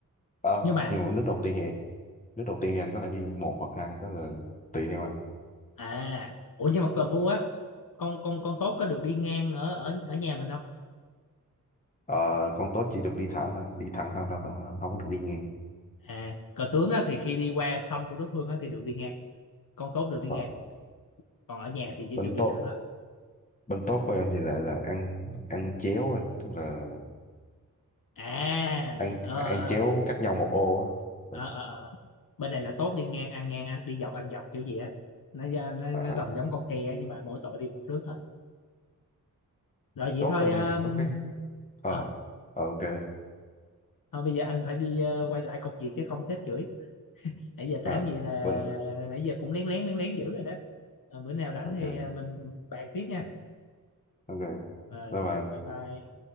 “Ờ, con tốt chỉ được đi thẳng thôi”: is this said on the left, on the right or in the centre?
Left